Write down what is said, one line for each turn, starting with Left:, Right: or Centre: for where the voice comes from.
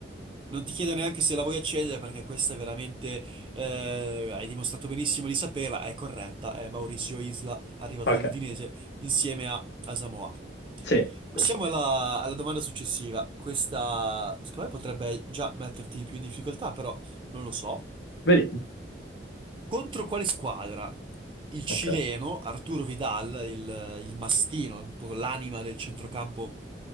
Right: Non ti chiedo neanche se la vuoi accedere perché questa è veramente, eh, hai dimostrato benissimo di saperla, è corretta, è Maurizio Isla, arrivato
Left: Ok,
Right: dall'Udinese insieme a Asamoah.
Left: sì,
Right: Passiamo
Left: sì, sì. sì.
Right: alla, alla domanda successiva. Questa, secondo me, potrebbe già metterti più in difficoltà, però non lo so.
Left: Vedi?
Right: Contro quale squadra? Il cileno
Left: Ok.
Right: Arturo Vidal, il, il mastino, un po' l'anima del centrocampo,